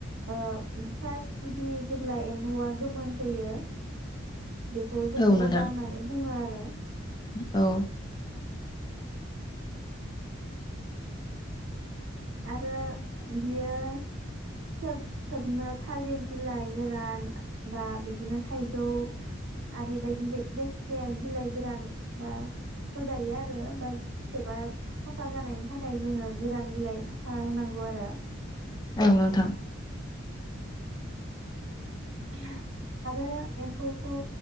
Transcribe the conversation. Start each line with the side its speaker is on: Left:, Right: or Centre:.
Right: ओ फास्ट गिबि जेब्ला एम्फौआ गोमोन फैयो बेखौ जोङो
Left: औ नोंथां
Right: अजा होननानै बुङो आर हो
Left: औ
Right: आरो बियो फिथोब थोबनो थालिर बिलाइ गोरान बा बिदिनो थाइजौ आरि बायदि जाय जायखि जाया बिलाइ गोरान। बा होजायो आरो बा फिथोबा साफा जानायन थाखाय जोङो गोरान बिलाइ साफा होनांगौ आरो
Left: औ नोंथां।
Right: <inaudible> आरो एम्फौ खौ